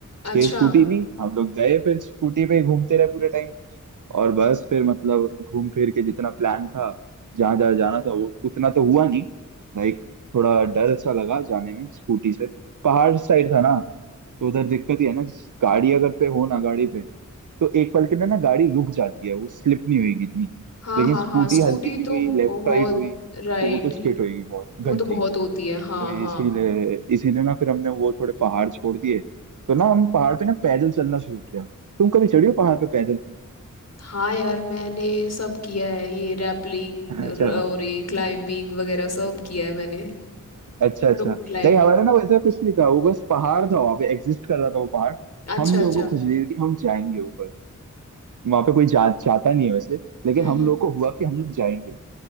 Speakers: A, on the right; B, on the left.
A: छह
B: अच्छा
A: स्कूटी ली हम लोग गए फिर स्कूटी पे ही घूमते रहे पूरे टाइम और बस फिर मतलब घूम फिर के जितना प्लान था जहाँ जहाँ जाना था वो उतना तो हुआ नहीं लाइक थोड़ा डर सा लगा जाने में स्कूटी से पहाड़ साइड था ना तो उधर दिक्कत ही है ना कि गाड़ी अगर पे हो ना गाड़ी पे तो एक पल के लिए ना गाड़ी रुक जाती है वो स्लिप नहीं होगी इतनी
B: हाँ
A: लेकिन
B: हाँ
A: स्कूटी
B: हाँ स्कूटी
A: हल्की सी
B: तो
A: भी लेफ्ट
B: बहुत
A: राइट हुई
B: राइट
A: तो वो तो
B: ही
A: स्किट होगी बहुत गंदी
B: वो तो बहुत होती है हाँ
A: तो इसीलिए
B: हाँ
A: इसीलिए ना फिर हमने वो थोड़े पहाड़ छोड़ दिए तो ना हम पहाड़ पे ना पैदल चलना शुरू किया तुम कभी चढ़ी हो पहाड़ पे पैदल
B: हाँ यार मैंने सब किया है ये रैपलिंग
A: अच्छा
B: और ये क्लाइंबिंग वगैरह सब किया है मैंने
A: अच्छा अच्छा
B: रोप क्लाइंबिंग
A: नहीं हमारा ना वैसा कुछ नहीं था वो बस पहाड़ था वहाँ पे एग्जिस्ट कर रहा था वो पहाड़
B: अच्छा
A: हम लोगों
B: अच्छा
A: को खुश हुई कि हम जाएंगे ऊपर वहाँ पे कोई जा, जाता नहीं है वैसे लेकिन
B: हम्म
A: हम
B: हम्म
A: लोगों को हुआ कि हम लोग जाएंगे